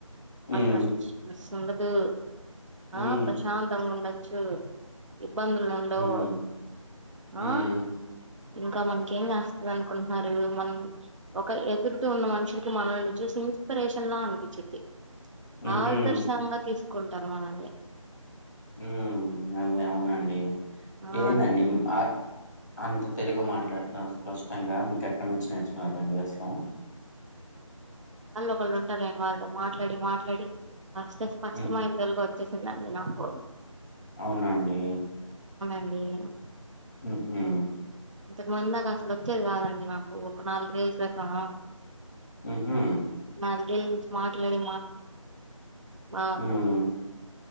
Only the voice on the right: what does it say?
మనకా
<unintelligible> మ్మ్ ఆ
ప్రశాంతంగుండ చు ఇబ్బందులుండవు
ఆ
ఇంకా మంచి ఏం చాస్తది అనుకున్ మరియు మనం ఒక ఎదుటి ఉన్న మనుషులకి మనల్ని చూసి ఇన్స్పిరేషన్ లా అనిపిచ్చిద్ది
ఆదర్శంగా తీస్ కుంటారు మనల్ని
ఆ
అందుకే
మళ్ళొకళ్ళు ఉంటారులే వాళ్లతో మాట్లాడి మాట్లాడి <unintelligible> స్పష్టమైన
తెలుగొచ్చేసి గ్లాన్ మినాపూర్
<unintelligible>
ఇంతకు ముంద అసలొచ్చేది కాదండి మాకు ఒక నాలుగు <inaudible> క్రితం
నాలుగేళ్ళ నుంచి మాట్లాడి మా